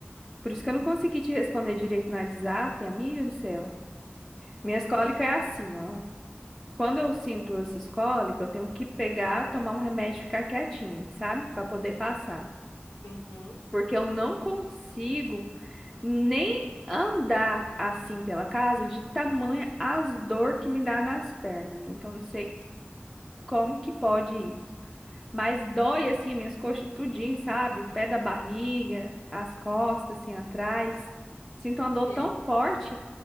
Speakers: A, in the centre; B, on the left.
A: Por isso que eu não consegui te responder direito no WhatsApp, amiga do céu.
B: Poxa.
A: Minhas cólicas é assim, ó. Quando eu sinto essas cólicas, eu tenho que pegar, tomar um remédio e ficar quietinha, sabe? Pra poder passar.
B: Uhum,
A: porque eu não consigo nem andar assim pela casa de tamanha as dor que me dá nas pernas, menina, que eu não sei como que pode isso. Mas dói assim minhas coxas tudinho, sabe? O pé da barriga, as costas assim atrás. Sinto uma dor
B: sei.
A: tão forte